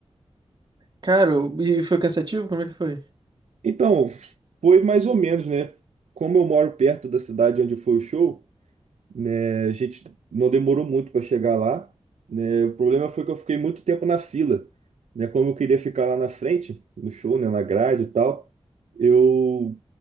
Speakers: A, on the right; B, on the right.
A: Cara, e foi cansativo? Como é que foi?
B: Então, foi mais ou menos, né? Como eu moro perto da cidade onde foi o show. né? A gente não demorou muito para chegar lá, né? O problema foi que eu fiquei muito tempo na fila, né? Como eu queria ficar lá na frente, no show, né? Na grade e tal, eu